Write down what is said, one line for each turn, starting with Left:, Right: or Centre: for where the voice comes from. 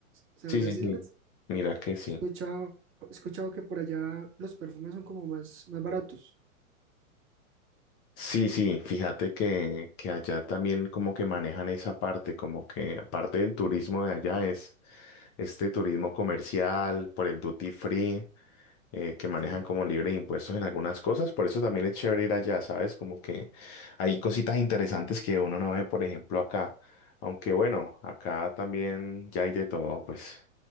Right: ¿San
Left: Sí,
Right: Andrés
Left: sí, sí.
Right: Islas?
Left: Mira que sí.
Right: He escuchado, he escuchado que por allá los perfumes son como más, más baratos.
Left: Sí, sí, fíjate que, que allá también como que manejan esa parte, como que aparte del turismo de allá es este turismo comercial por el duty free. eh, que manejan
Right: Sí.
Left: como libre de impuestos en algunas cosas. Por eso también es chévere ir allá, ¿sabes? Como que hay cositas interesantes que uno no ve, por ejemplo, acá. Aunque bueno, acá también ya hay de todo, pues.